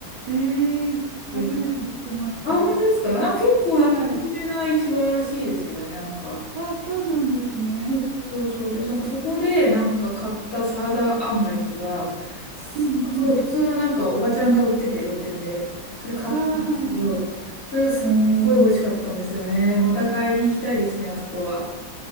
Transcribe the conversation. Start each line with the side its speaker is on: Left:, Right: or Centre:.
Right: ええ、初めて聞きました。
Left: おいあ、本当ですかなんか結構なんか有名な市場らしいですけどね、
Right: はい。
Left: なんか。
Right: あ、そうなんですね。
Left: うんそうそうで、なんかそこでなんか買ったサーダーアンダギーが、すすごい普通のなんかおばちゃんが売ってて露店で、
Right: うんうん。
Left: それ買ったんですけど、
Right: あー、はいはい。
Left: それがすんごい美味しかったんですよね。また買いに行きたいですね、あそこは。